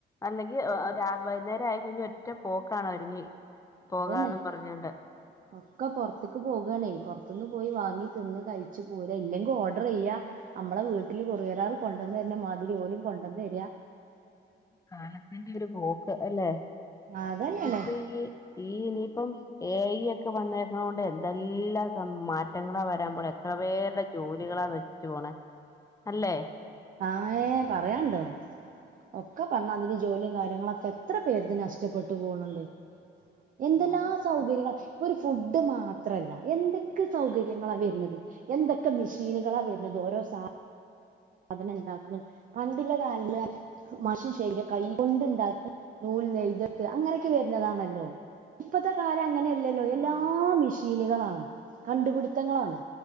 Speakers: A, on the left; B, on the right.
A: അല്ലെങ്കിൽ വൈകുന്നേരം ആയി കഴിഞ്ഞാ ഒറ്റ പോക്കാണോ ഒരുങ്ങി പോകാന്നും
B: അതന്നെ
A: പറഞ്ഞോണ്ട്
B: ഒക്കെ പുറത്തേക്ക് പോകാണേ ത്തുന്ന് പോയി വാങ്ങി തിന്ന് കഴിച്ച് പോരുക ഇല്ലെങ്കിൽ ഓർഡർ ചെയ്യ നമ്മള വീട്ടിൽ കൊറിയറ്കാര് കൊണ്ടുവന്ന് ന്നേ മാതിരി പോലും ഓലും കൊണ്ടോന്ന് തരിയാ
A: കാലത്തിന്റെ ഒരു പോ അല്ലെ
B: അതന്നെയാണ്
A: ഇപ്പൊ ഈ ഈ ഇനിയിപ്പം എ ഐ ഒക്കെ വന്ന ണ്ട് എന്തെല്ലാം മാറ്റങ്ങളാ വരാൻ പോണേ എത്ര പേരുടെ ജോലികളാ നശിച്ചു പോണേ അല്ലേ
B: ആ ഏ പറയനൊണ്ടോ ഒക്കെ പറഞ്ഞതി ജോലിയും കാര്യങ്ങളൊക്കെ എത്ര പേരുടേത് നഷ്ടപ്പെട്ടു പോണുന്നുണ്ട് എന്തെല്ലാം
A: കാലം
B: സൗകര്യങ്ങള ഇപ്പോ ഒരു ഫുഡ് മാത്രല്ല എന്തൊക്കെ സൗകര്യങ്ങളാ വരുന്നത് എന്തൊക്കെ മെഷീനുകളാ വരുന്നത് ഓരോ സ അതിനുണ്ടാക്കണ് പണ്ടില്ല കാലില് മഷി ശരിക്ക് കൈ കൊണ്ടുണ്ടാക്കി നൂ നെയ്തെടുത്തു അങ്ങനെയൊക്കെ വരുന്നതാണല്ലോ ഇപ്പത്തെ കാലം അങ്ങനെ ഇല്ലല്ലോ എല്ലാ
A: ആഹ്
B: മെഷീനുകളാണ് കണ്ടുപിടുത്തങ്ങളാണ്